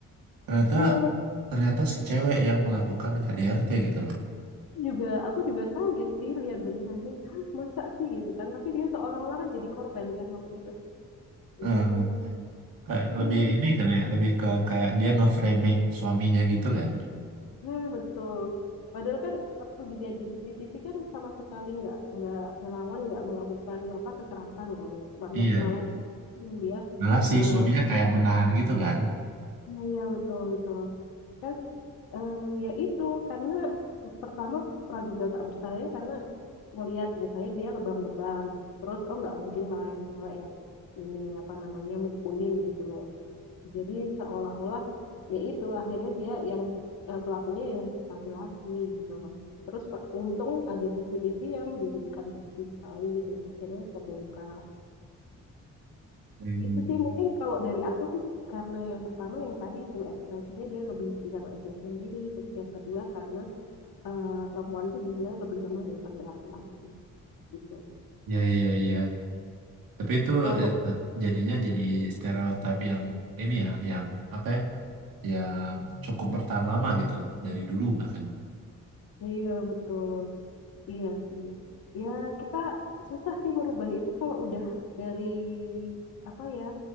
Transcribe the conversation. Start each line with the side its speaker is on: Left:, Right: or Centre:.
Right: Ternyata
Left: iya mak
Right: ternyata si cewek yang melakukan KDRT gitu loh.
Left: juga aku juga kaget sih lihat bentuknya hah masa sih gitu kan tapi dia seolah-olah kan jadi korban kan waktu itu
Right: Eh,
Left: itu
Right: kayak lebih
Left: iya memang
Right: ini kan ya lebih ke kayak dia nge-framing suaminya gitu kan.
Left: nah betul padahal kan waktu dia di CCTV kan sama sekali nggak nggak ngelawan nggak melakukan apa kekerasan kan malah
Right: Iya.
Left: malah itu dia
Right: malah si
Left: eh,
Right: suaminya kayak menahan gitu kan.
Left: Iya, iya, betul, betul. kan eh, ya itu karena pertama praduga tak bersalahnya karena melihat misalnya dia lebam-lebam terus oh nggak mungkin lah yang cewek yang ini apa namanya mukulin gitu loh jadi seolah-olah ya itu akhirnya dia yang eh, pelakunya yang laki-laki gitu loh terus pe- untung ada CCTV yang jadikan bukti kali gitu akhirnya terbongkar
Right: Hmm,
Left: Gitu sih mungkin kalau dari aku sih karena yang pertama yang tadi itu ekspresinya dia lebih bisa mengekspresi sendiri terus yang kedua karena eh, perempuan itu dinilai lebih lemah daripada laki-laki gitu.
Right: Iya, iya, iya. Tapi itu
Left: Kalau
Right: ya, jadinya jadi stereotip yang ini ya, yang apa ya, yang cukup bertahan lama gitu loh, dari dulu bahkan.
Left: iya betul iya sih ya kita susah sih merubah itu kalau udah dari apa ya